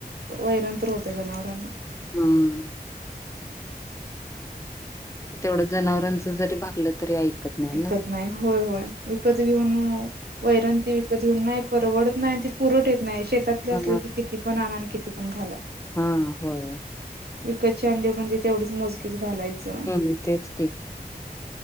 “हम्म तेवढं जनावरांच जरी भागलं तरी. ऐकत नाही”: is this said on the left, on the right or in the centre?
Left